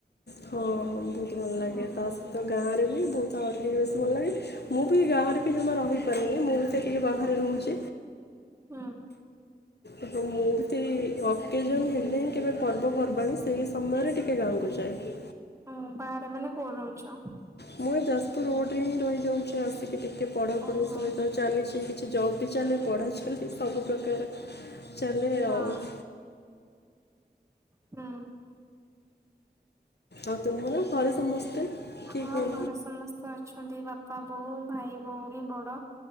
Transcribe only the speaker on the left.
ହଁ ବହୁତ ଭଲ
ଲାଗେ ତା ସହିତ ଗାଁ ରେ- <inaudible> ମୁଁ ବି ଗାଁରେ ବି ଜମା ରହିପାରୁନି ମୁଁ ବି ସେ ଟିକେ ବାହାରେ ରହୁଛି।
ଆ ମୁଁ ସେଇ ଅକେଜନ ହେଲେ ହିଁ କେବେ ପର୍ବପର୍ବାଣୀ ସେଇ ସମୟରେ ଟିକେ ଗାଁକୁ ଯାଏ।
ମୁଁ ଯାଜପୁର ରୋଡରେ ହିଁ ରହିଯାଉଛି ଆସିକି ଟିକେ ଟିକେ ପଢାପଢି
ସହିତ ଚାଲିଛି କିଛି ଜବ୍ ବି ଚାଲେ ପଢା ଚାଲେ ସବୁ ପ୍ରକାର ଚାଲେ
ଆଉ।
ଆଉ ତୁମର ଘରେ ସମସ୍ତେ
କିଏ କ'ଣ